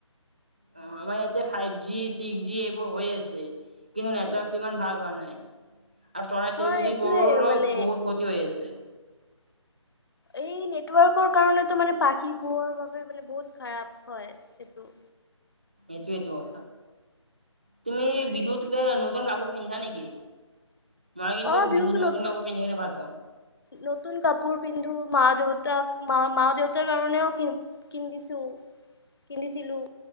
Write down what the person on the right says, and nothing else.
অ আমাৰ ইয়াতে ফাইভ জি ছিক্স জি এইবোৰ হৈ আছে কিন্তু নেটৱৰ্ক। সিমান ভাল হোৱা নাই। আৰু চৰাই
চিৰিকটি
বোৰৰো
বহুত ক্ষতি হৈ আছে।
এইটোৱেটো কথা তুমি
বিহুত কিবা নতুন কাপোৰ পিন্ধা নেকি। মই কিন্তু
বিহুত
কাপোৰ পিন্ধি কিনে ভাল পাওঁ।